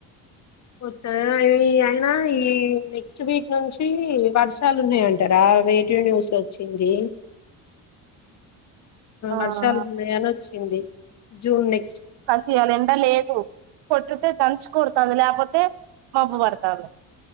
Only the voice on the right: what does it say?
ఆ
అసలియాల ఎండ లేదు కొట్టితే దంచుకో తంది లేకపోతే మబ్బు పడతంది